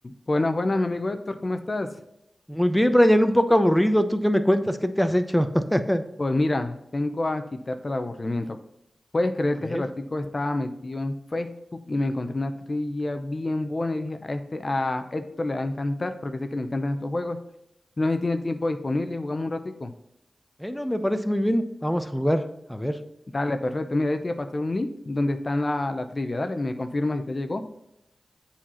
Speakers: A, on the left; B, in the centre.
A: Buenas, buenas, mi amigo Héctor, ¿cómo estás?
B: Muy bien, Brian, un poco aburrido. ¿Tú qué me cuentas? ¿Qué te has hecho? <laughs>
A: Pues mira, vengo a quitarte el aburrimiento. ¿Puedes creer
B: A ver.
A: que hace ratico estaba metido en Facebook y me encontré una trivia bien buena y dije, a este, a Héctor le va a encantar porque sé que le encantan estos juegos. No sé si tiene el tiempo disponible y jugamos un ratico.
B: Bueno, me parece muy bien. Vamos a jugar. A ver.
A: Dale, perfecto. Mira, ahí te voy a pasar un link donde está la, la trivia. Dale, me confirmas si te llegó,